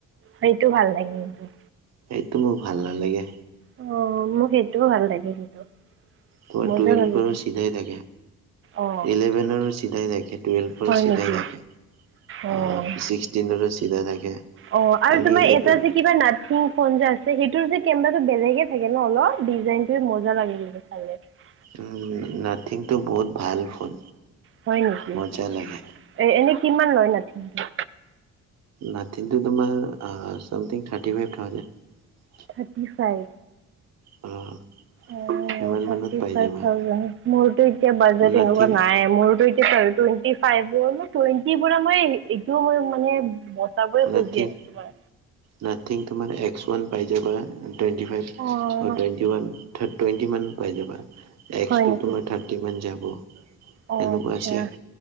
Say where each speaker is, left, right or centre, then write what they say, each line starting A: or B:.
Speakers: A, on the right; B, on the right.
A: সেইটো ভাল লাগে কিন্ত।
B: সেইটো মোক ভাল নালাগে।
A: অ, মোক সেইটোও ভাল লাগে কিন্তু।
B: তোমাৰ
A: মজা
B: তুৱেলভৰো
A: লাগে
B: চিধাই থাকে,
A: অ'
B: ইলেভেনৰো চিধাই থাকে। টুৱেলভৰ
A: হয়
B: চিধাই
A: নেকি
B: থাকে।
A: অ'
B: আহ, ছিক্সটিনৰো চিধাই থাকে,
A: অ' আৰু
B: খালি
A: তোমাৰ
B: এইট
A: এটা যে কিবা নাথিং ফোন যে আছে সেইটোৰ যে কেমেৰাটো বেলেগে থাকে ন অলপ ডিজাইন য়ে মজা লাগে কি চালে <unintelligible>
B: উম, নাথিং। টো বহুত ভাল ফোন
A: হয় নেকি
B: মজা লাগে।
A: এ এনে কিমান লয় নাথিংটো
B: নাথিংটো তোমাৰ something thirty five thousand.
A: Thirty five.
B: অ'।
A: অ'।
B: সিমান
A: থাৰটি
B: মানত পাই
A: ফাইভ
B: যাবা
A: থাউজেন্ট, মোৰটো এতিয়া বাজেট
B: নাথিং
A: নাইয়ে, মোৰটো এতিয়া টুৱেনটি ফাইভ। টুৱেন্টি পৰা মই এইটোও মই মানে বছাৰ বোৰে
B: নাথিং
A: খজি আছো তোমাৰ।
B: নাথিং, তোমাৰ এক্স ওৱান পাই যায় বা টুৱেণ্টি ফাইভ
A: অ'
B: টুৱেণ্টি ওৱান থ টুৱেণ্টিমানত পাই যাবা এক্সটো
A: হয় নেকি
B: তোমাৰ থাৰ্টিমান যাব।
A: অ,
B: এনেকুৱা
A: আচ্ছা
B: আছে